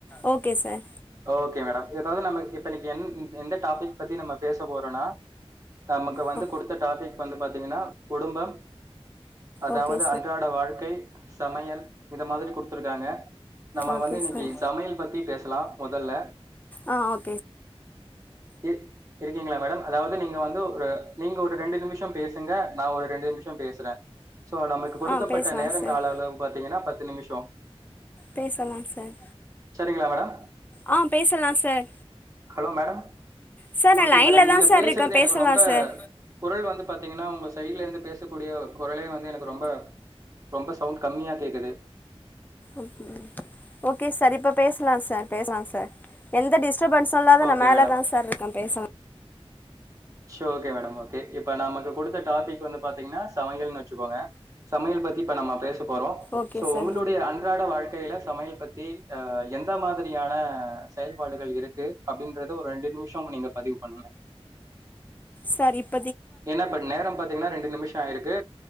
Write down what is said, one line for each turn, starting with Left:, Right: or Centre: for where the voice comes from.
Left: ஓகே சார்
Right: ஓகே மேடம் ஏதாவது நம்ம இப்ப இன்னைக்கு என் எந்த டாபிக் பத்தி நம்ம பேச போறோனா நமக்கு வந்து
Left: ஆ
Right: குடுத்த டாபிக் வந்து பாத்தீங்கன்னா குடும்பம் அதாவது
Left: ஓகே சார்
Right: அன் அன்றாட வாழ்க்கை சமையல் இது மாதிரி குடுத்துருக்காங்க நம்ம
Left: ஓகே
Right: வந்து இன்னைக்கி
Left: சார்
Right: சமையல் பத்தி பேசலா முதல்ல
Left: ஆ ஓகே
Right: இ இருக்கீங்களா மேடம் அதாவது நீங்க வந்து ஒரு நீங்க ஒரு ரெண்டு நிமிசோ பேசுங்க நா ஒரு ரெண்டு மிஷ்சோ பேசுற சோ நமக் கொடுக்கப்பட்ட
Left: ஆ பேசலாம்
Right: நேரம்
Left: சார்
Right: காலவு பாத்தீங்கன்னா பத்து நிமிசோ
Left: பேசலாம் சார்
Right: சரிங்களா மேடம்
Left: ஆ பேசலாம் சார்
Right: ஹலோ மேடம்
Left: சார் நா
Right: ஓகே
Left: லைன்ல
Right: மேடம் நீங்க
Left: தா சார்
Right: பேசுறது
Left: இருக்கே பேசலா
Right: எனக்கு ரொம்ப
Left: சார்
Right: குரல் வந்து பாத்திங்கனா உங்க சைட்ல இருந்து பேசக்கூடிய குரலே வந்து எனக்கு ரொம்ப ரொம்ப சவுண்டு கம்மியா கேக்குது
Left: ஓகே ஓகே சர் இப்ப பேசலா சர் பேசலா சர் எந்த டிஷ் டிஸ்டபென்ஸ் சொல்லாத
Right: ஓகே
Left: நா மேல
Right: மேடம்
Left: தான் சர் இருக்கே பேசா
Right: சோ ஓகே மேடம் ஓகே இப் ப்ப நமக்கு கொடுத்த டாபிக் வந்து பாத்தீங்னா சமையல்னு வச்சுக்கோங்க சமையல் பத்தி இப்ப நம்ம பேஸ் த்து போறோ
Left: ஓகே
Right: சோ
Left: சார்
Right: உங்களுடைய அன்றாட வாழ்க்கையில சமையல் பத்தி ஆ எந்த மாதிரியான அ செயல்பாடுகள் இருக்கு அப்டின்றத ஒரு ரெண்டு நிமிசோ நீங்க பதிவு பண்ணுங்க
Left: சரிப்
Right: என்னப் ப நேரம் பாத்திங்கின்னா ரெண்டு நிமிஷம் ஆயிருக்கு